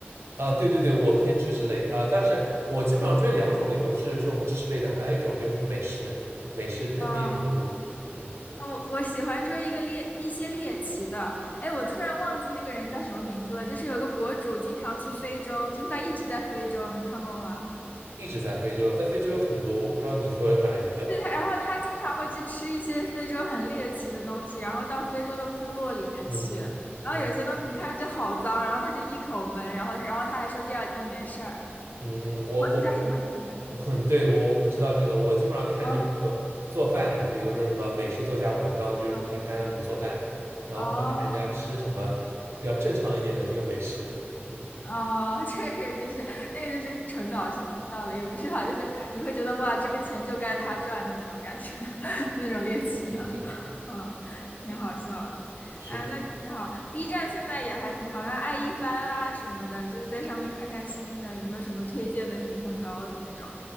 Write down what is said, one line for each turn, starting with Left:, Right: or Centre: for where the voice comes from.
Right: 啊，对对对，我偏知识类的啊，但是我基本上追两种，一种是这种知识类的，还有一种就是美食美食探店博主。
Left: 啊，
Right: 嗯，我
Left: 我我喜欢追一个猎一些猎奇的，哎，我突然忘记那个人叫什么名字了，就是有个博主经常去非洲，就是他一直在非洲，你看过吗？
Right: 一直在非洲，在非洲有很多，我不知道你说的哪一个。
Left: 对他，然后他经常会去吃一些非洲很猎奇的东西，然后到非洲的部落里面去，
Right: 嗯嗯嗯嗯
Left: 然后有些东西你看上去好脏，然后他就一口闷，然后然后他还说第二天没事儿。
Right: 嗯，我我
Left: 博主叫啥名字来着？
Right: 我 <laughs> 对我我不知道这个，我基本上看就是那种做饭的，
Left: 哦，
Right: 比如说什么美食作家王刚，就是他看他怎么做饭，
Left: 嗯，
Right: 然后或者看人家吃什么比较正常一点的这个美食。
Left: 哦，
Right: <laughs> 嗯，
Left: 啊、<laughs> 这个就是那个就是纯搞笑的，也不是啊，就是你会觉得哇，这个钱就该他赚，就那种感觉，<laughs> 那种猎奇的，
Right: 对对，
Left: 嗯，挺好笑的。
Right: 是的，
Left: 哎，那挺好。B 站现在也还挺好，像爱一番啊什么的，就是在上面看看新的，有没有什么推荐的评分高的那种。